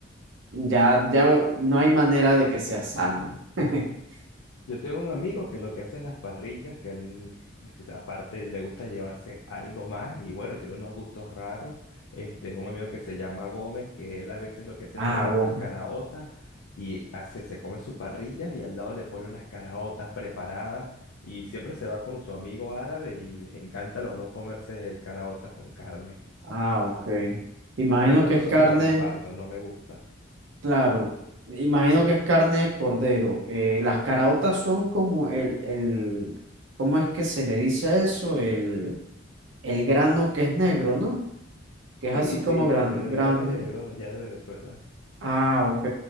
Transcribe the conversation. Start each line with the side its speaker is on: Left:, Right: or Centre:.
Right: Ya, ya no hay manera de que sea sano. <laughs>
Left: Yo tengo un amigo que lo que hace en las parrillas, que él, aparte le gusta llevarse algo más y bueno, tiene unos gustos raros. Este es un amigo que se llama Gómez, que él a veces lo que hace
Right: Ah,
Left: es prepara
Right: goma.
Left: unas caraotas y hace, se come su parrilla y al lado le pone unas caraotas preparadas y siempre se va con su amigo árabe y les encanta a los dos comerse caraotas con carne.
Right: Ah, ok. Imagino
Left: Yo en lo
Right: que
Left: personal
Right: es carne,
Left: lo comparto, no me gusta.
Right: claro. Imagino que es carne de cordero. Eh, las caraotas son como el, el, ¿cómo es que se le dice a eso? El, el grano que es negro, ¿no? Que es
Left: Sí,
Right: así como
Left: sí,
Right: gran,
Left: el,
Right: grande.
Left: el grano negro de allá de Venezuela.
Right: Ah, ok,